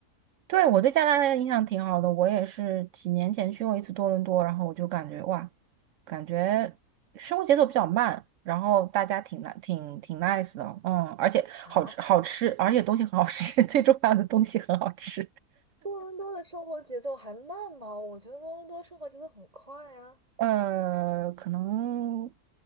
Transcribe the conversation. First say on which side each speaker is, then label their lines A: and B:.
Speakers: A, on the right; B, on the right.
A: 对，我对加拿大的印象挺好的，我也是几年前去过一次多伦多，
B: 嗯
A: 然后我就感觉哇，感觉生活节奏比较慢，然后大家挺 n 挺挺 nice 的，嗯，而且好吃好吃，
B: 啊，
A: 而且东西很好吃，<laughs> 最重要的东西很好吃。
B: 多伦多的生活节奏还慢吗？我觉得多伦多生活节奏很快啊。
A: 呃，可能